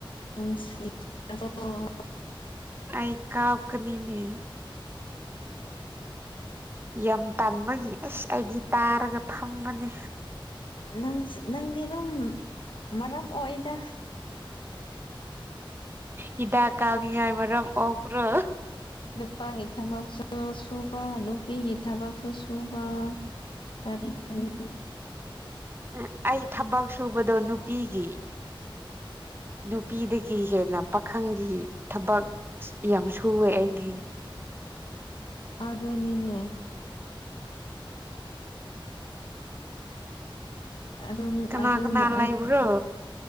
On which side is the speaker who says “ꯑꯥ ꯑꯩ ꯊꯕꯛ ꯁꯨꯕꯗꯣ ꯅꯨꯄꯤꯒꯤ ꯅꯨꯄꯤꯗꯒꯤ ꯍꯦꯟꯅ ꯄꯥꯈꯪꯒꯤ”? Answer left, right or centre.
Right